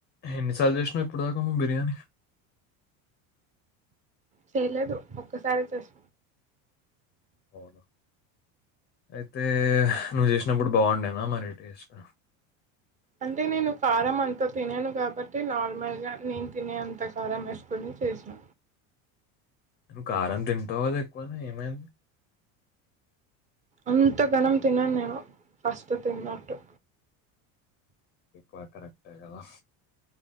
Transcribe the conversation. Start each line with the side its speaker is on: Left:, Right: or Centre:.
Left: ఎన్నిసార్లు చేసినావు ఇప్పుడుదాక బిర్యానీ
Right: చేయ్లేదు ఒక్కసారి చెస్
Left: పోడర్ అయితే నువ్వు చేసినప్పుడు బాగుండేనా మరి టేస్ట్
Right: అంటే నేను కారం అంత తినను కాబట్టి నార్మల్ గా నేను తినే అంత కారం వేసుకుని చేసిన
Left: ను కారం తింటావు కదా ఎక్కువనే ఏమైంది
Right: అంత ఘనం తినను నేను ఫస్ట్ తిన్నట్టు
Left: ఇప్పు అది కరెక్టే కదా